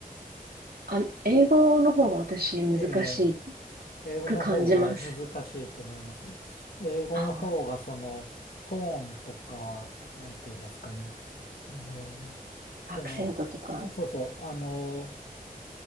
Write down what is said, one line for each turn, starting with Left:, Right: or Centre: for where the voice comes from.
Right: あ、英語の方が私難し
Left: ええ。英語の方が難しいと思います。
Right: く感じます。
Left: 英語の方がそのトーンとか、
Right: あ
Left: なんて言いますかね。あの、
Right: あ、
Left: その、
Right: アクセントとか。
Left: そうそう、あの、